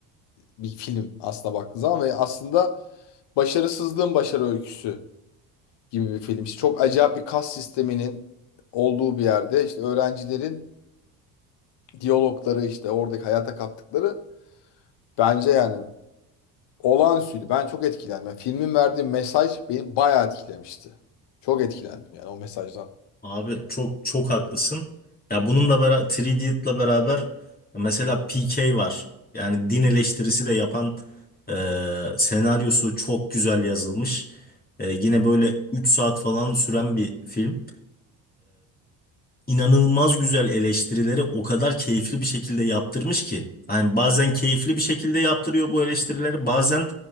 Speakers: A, on the left; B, on the left.
A: bir film aslında baktığın zaman ve aslında başarısızlığın başarı öyküsü gibi bir film. İşte çok acayip bir kas sisteminin olduğu bir yerde işte öğrencilerin diyalogları işte oradaki hayata kattıkları bence yani olağanüstüydü. Ben çok etkilendim. Yani filmin verdiği mesaj beni bayağı etkilemişti. Çok etkilendim yani o mesajdan.
B: Abi çok çok haklısın. Ya bununla beraber 3D'yle beraber mesela PK var. Yani din eleştirisi de yapan e, senaryosu çok güzel yazılmış. E, yine böyle 3 saat falan süren bir film inanılmaz güzel eleştirileri o kadar keyifli bir şekilde yaptırmış ki. Hani bazen keyifli bir şekilde yaptırıyor bu eleştirileri, bazen